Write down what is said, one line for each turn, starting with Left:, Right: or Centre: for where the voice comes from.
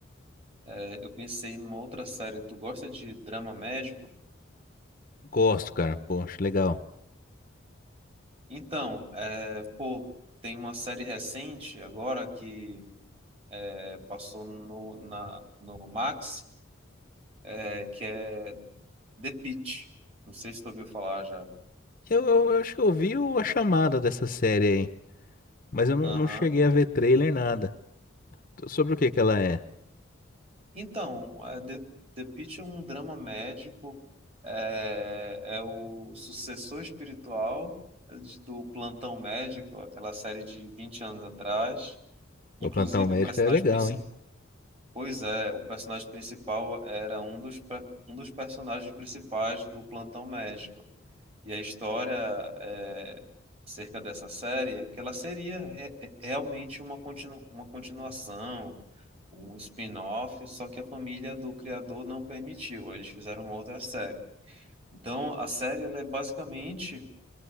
Right: é, eu pensei numa outra série. Tu gosta de drama médico?
Left: Gosto, cara. Poxa, legal.
Right: Então, é, pô, tem uma série recente agora que é, passou no, na, no Max, é, que é The Pitt. Não sei se tu ouviu falar já.
Left: Eu, eu- eu acho que eu vi o- a chamada dessa série aí, mas eu não,
Right: Aham.
Left: não cheguei a ver trailer, nada. T- Sobre o que que ela é?
Right: Então, é, The, The Pitt é um drama médico, é, é o sucessor espiritual é, de- do Plantão Médico, aquela série de 20 anos atrás.
Left: O
Right: Inclusive,
Left: Plantão Médico
Right: o personagem
Left: é legal,
Right: principal.
Left: hein?
Right: Pois é, o personagem principal era um dos, pre- um dos personagens principais do Plantão Médico. E a história é, acerca dessa série é que ela seria re- re- realmente uma, continu uma continuação, um spin-off, só que a família do criador não permitiu, eles fizeram uma outra série. Então, a série ela é basicamente